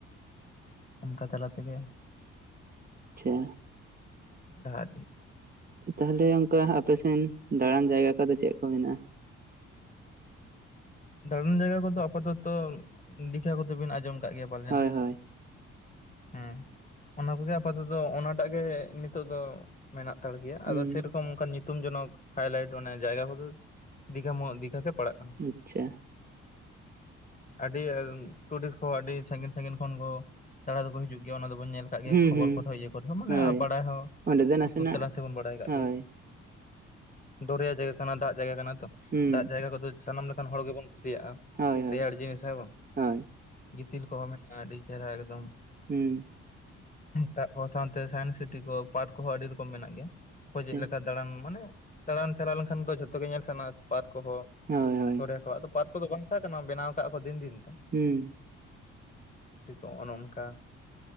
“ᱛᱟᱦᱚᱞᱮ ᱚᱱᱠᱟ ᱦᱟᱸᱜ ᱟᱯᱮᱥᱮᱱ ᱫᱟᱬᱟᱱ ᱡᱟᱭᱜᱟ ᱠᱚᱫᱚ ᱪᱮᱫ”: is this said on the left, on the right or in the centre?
Right